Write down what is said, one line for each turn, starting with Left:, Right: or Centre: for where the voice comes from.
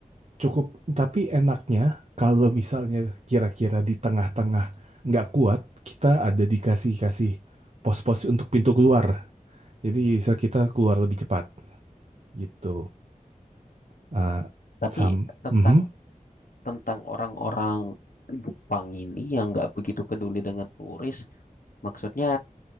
Right: cukup, tapi enaknya kalau misalnya kira-kira di tengah-tengah nggak kuat, kita ada dikasih kasih pos-pos untuk pintu keluar. Jadi bisa kita keluar lebih cepat gitu. Uh,
Left: Tapi
Right: sam,
Left: tentang
Right: Mhm.
Left: tentang orang-orang Jepang ini yang nggak begitu peduli dengan turis, maksudnya